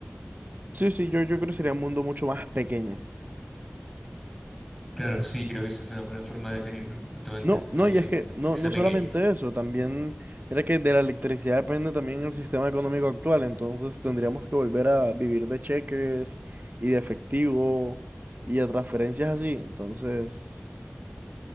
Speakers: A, on the right; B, in the centre.
A: Sí, sí, yo, yo creo que sería un mundo mucho más pequeño.
B: claro, sí, creo que esa es una buena forma de definirlo, justamente,
A: No, no,
B: eh,
A: y es que no,
B: que sea
A: no
B: pequeño.
A: solamente eso, también, mira que de la electricidad depende también el sistema económico actual, entonces tendríamos que volver a vivir de cheques y de efectivo y de transferencias así, entonces,